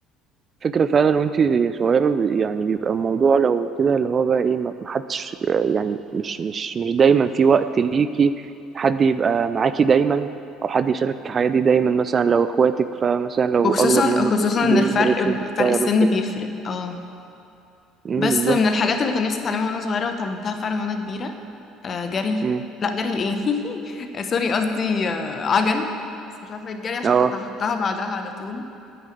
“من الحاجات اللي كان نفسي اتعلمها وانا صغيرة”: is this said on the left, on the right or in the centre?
Left